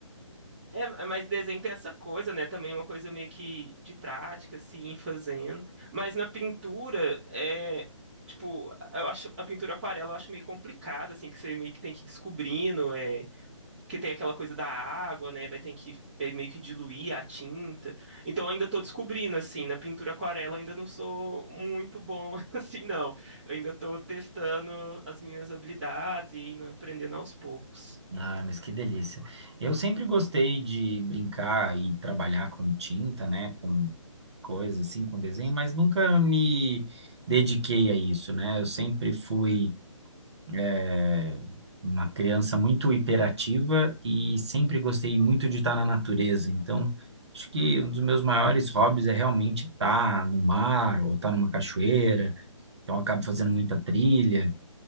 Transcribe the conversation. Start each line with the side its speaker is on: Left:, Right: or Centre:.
Centre: É, é, mas desenho tem essa coisa, né? Também uma coisa meio que de prática, assim, ir fazendo. Mas na pintura, é. Tipo, eu acho a pintura aquarela eu acho meio complicada, assim, que você meio que tem que ir descobrindo, é, que tem aquela coisa da água, né? Vai ter que é, meio que diluir a tinta. Então eu ainda tô descobrindo, assim, na pintura aquarela ainda não sou muito bom, <laughs> assim, não. Eu ainda tô testando as minhas habilidades e indo aprendendo aos poucos.
Right: Ah, mas que delícia. Eu sempre gostei de brincar e trabalhar com tinta, né? Com coisas assim, com desenho, mas nunca me dediquei a isso, né? Eu sempre fui. é, uma criança muito hiperativa e sempre gostei muito de estar na natureza. Então, acho que um dos meus maiores hobbies é realmente estar no mar ou estar numa cachoeira. Então, eu acabo fazendo muita trilha.